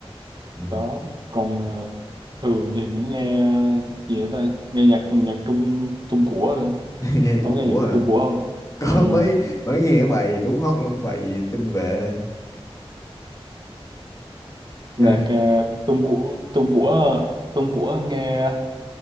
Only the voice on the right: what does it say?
đó còn ờ, thường thì cũng nghe ờ, gì nữa ta nghe nhạc nhạc Trung Trung của nữa
không
nghe
nhạc
Trung của không
ừ.
nhạc ờ, Trung của Trung của ờ, Trung của nghe